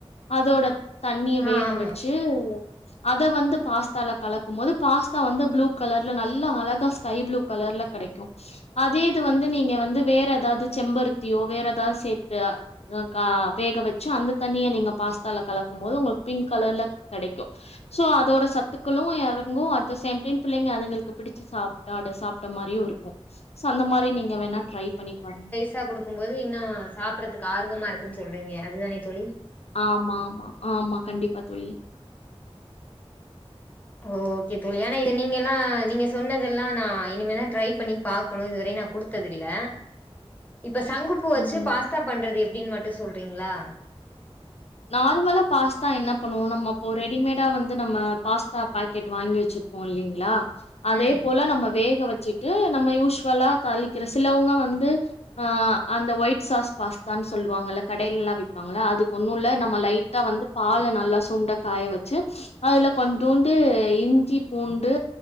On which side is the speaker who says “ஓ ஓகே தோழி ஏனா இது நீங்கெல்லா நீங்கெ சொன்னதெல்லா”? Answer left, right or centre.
Left